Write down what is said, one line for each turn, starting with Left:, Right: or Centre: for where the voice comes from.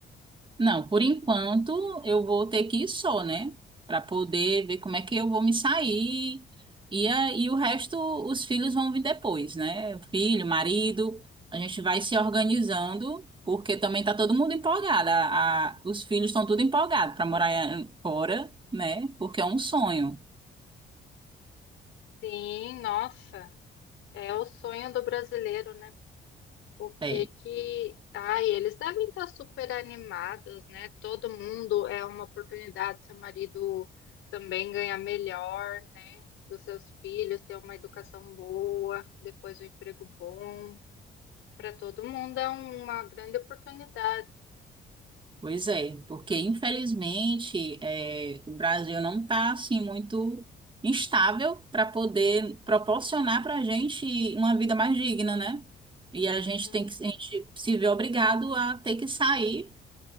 Right: Não, por enquanto eu vou ter que ir só, né? Para poder ver como é que eu vou me sair. E, a, e o resto, os filhos vão vir depois, né? Filho, marido, a gente vai se organizando, porque também tá todo mundo empolgado. A, a- os filhos estão tudo empolgados para morar eh, fora, né? Porque é um sonho.
Left: Sim, nossa, é o sonho do brasileiro, né? O que
Right: É.
Left: que. Ai, eles devem estar super animados, né? Todo mundo é uma oportunidade, seu marido também ganhar melhor, né? Dos seus filhos, ter uma educação boa, depois um emprego bom. Para todo mundo é uma grande oportunidade.
Right: Pois é, porque infelizmente é o Brasil não está assim muito instável para poder proporcionar para a gente uma vida mais digna, né? E a gente
Left: Uhum.
Right: tem que, a gente se vê obrigado a ter que sair